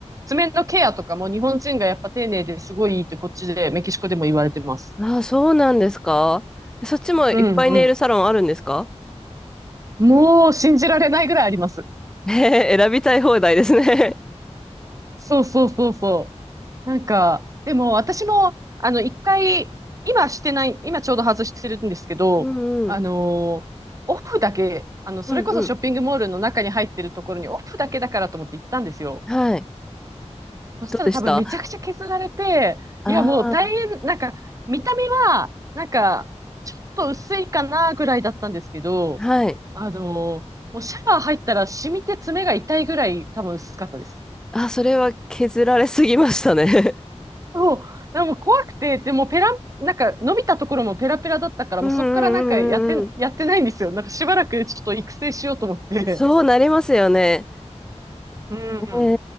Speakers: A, on the right; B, in the centre.
A: 爪のケアとかも日本人がやっぱ丁寧ですごいいいってこっちで、メキシコでも言われてます。
B: ああ、そうなんですかそっちもいっぱいネイルサロンあるんですか
A: うんうんもう信じられないぐらいあります。
B: ええ <laughs> 選びたい放題ですね。
A: そうそうそうそう。なんか、でも私も、あの、一回、今してない、今ちょうど外してるんですけど、
B: うんうん。
A: あのーオフだけ、あの、それこそショッピングモールの中に入ってるところにオフだけだからと思って行ったんですよ。
B: うんうん。はい。
A: そしたら多分めちゃくちゃ削られて、
B: どうでしたああ
A: いやもう大変、なんか、見た目は、なんか、ちょっと薄いかなぐらいだったんですけど、
B: ー、はい。
A: あのーもうシャワー入ったら染みて爪が痛いぐらい多分薄かったです。
B: あ、それは削られすぎましたね。<laughs>
A: そう、でも怖くて、でもペラ、なんか伸びたところもペラペラだったから、
B: うんうんうんうんうん。
A: もうそこからなんかやって、やってないんですよ。なんかしばらくちょっと育成しようと思って。
B: そうなりますよね。
A: うん。
B: ええう